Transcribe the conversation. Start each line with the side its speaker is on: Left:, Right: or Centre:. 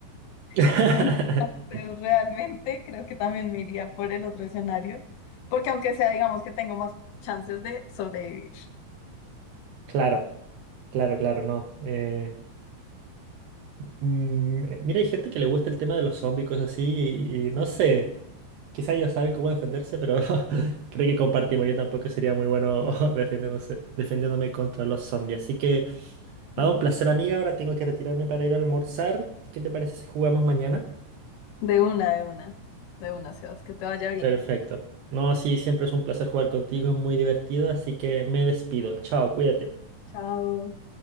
Right: <laughs>
Left: <laughs> Entonces, realmente creo que también me iría por el otro escenario, porque aunque sea, digamos que tengo más chances de sobrevivir.
Right: Claro, claro, claro, no. eh, Mm, eh, mira, hay gente que le gusta el tema de los zombies, cosas así, y, y no sé, quizá ellos saben cómo defenderse, pero <laughs> creo que compartimos. Yo tampoco sería muy bueno <laughs> defendiéndose, defendiéndome contra los zombies. Así que, nada,
Left: Mm.
Right: un placer, amiga. Ahora tengo que retirarme para ir a almorzar. ¿Qué te parece si jugamos mañana?
Left: De una, de una. De una, Sebas, que te vaya bien.
Right: Perfecto. No, sí, siempre es un placer jugar contigo, es muy divertido, así que me despido. Chao, cuídate.
Left: Chao.